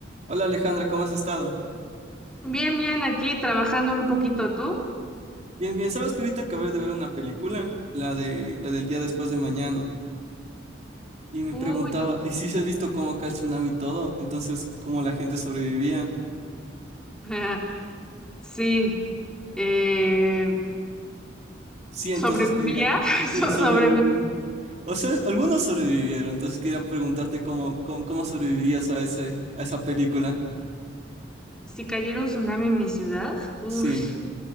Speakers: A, on the right; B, in the centre.
A: Hola Alejandra, ¿cómo has estado?
B: Bien, bien, aquí trabajando un poquito tú.
A: Bien, bien. Sabes que ahorita acabé de ver una película, la de la del día después de mañana, y me
B: Uy,
A: preguntaba, ¿y si se ha visto cómo acá el tsunami y todo? Entonces, ¿cómo la gente sobrevivía?
B: <laughs> sí, eh,
A: Sí, entonces
B: sobrevivía,
A: quería,
B: <laughs>
A: sí,
B: so-
A: sobrevivir.
B: sobreviví.
A: O sea, algunos sobrevivieron, entonces quería preguntarte cómo, cómo, cómo sobrevivirías a ese, a esa película.
B: Si cayera un tsunami en mi ciudad, uff,
A: Sí,